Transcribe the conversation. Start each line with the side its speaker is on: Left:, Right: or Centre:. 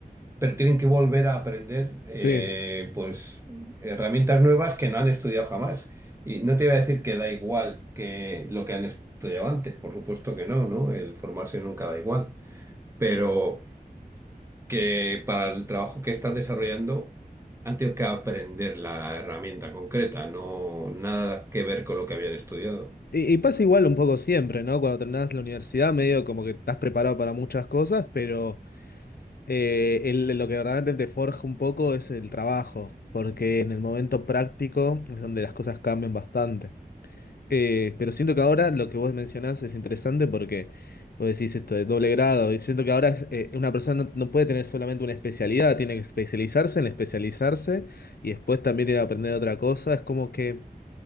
Right: pero tienen que volver a aprender eh,
Left: sí.
Right: pues herramientas nuevas que no han estudiado jamás. Y no te iba a decir que da igual que lo que han estudiado antes, por supuesto que no, ¿no? El formarse nunca da igual, pero que para el trabajo que estás desarrollando han tenido que aprender la herramienta concreta, no nada que ver con lo que habían estudiado.
Left: Y, y pasa igual un poco siempre, ¿no? Cuando terminás la universidad, medio como que estás preparado para muchas cosas, pero Eh, el- lo que verdaderamente te forja un poco es el trabajo, porque en el momento práctico es donde las cosas cambian bastante. Eh, pero siento que ahora lo que vos mencionás es interesante porque vos decís esto de doble grado, y siento que ahora es, eh, una persona no, no puede tener solamente una especialidad, tiene que especializarse en especializarse y después también tiene que aprender otra cosa. Es como que